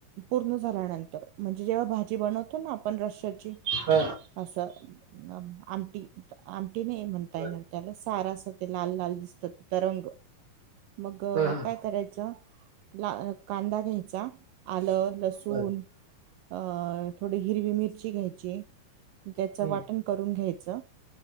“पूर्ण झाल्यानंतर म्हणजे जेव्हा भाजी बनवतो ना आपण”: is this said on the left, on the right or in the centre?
Right